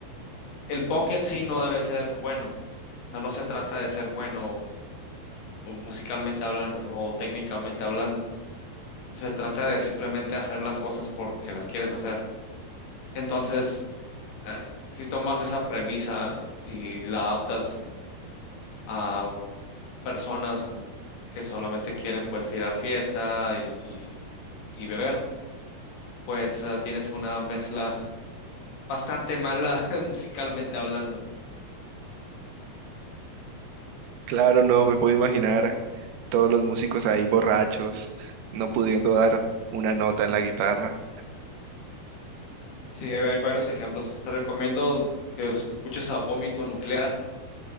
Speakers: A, on the left; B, on the right.
A: El punk en sí no debe ser bueno. O sea, no se trata de ser bueno o musicalmente hablando, ¿no? O técnicamente hablando. Se trata de simplemente hacer las cosas porque las quieres hacer. Entonces, eh, si tomas esa premisa y la adaptas a personas o- que solamente quieren pues tirar fiesta y, y- y beber, pues eh, tienes una mezcla bastante mala <laughs> musicalmente hablando.
B: Claro, no, me puedo imaginar todos los músicos ahí borrachos, no pudiendo dar una nota en la guitarra,
A: Sí, hay, hay varios ejemplos. Te recomiendo que escuches a Vómito Nuclear,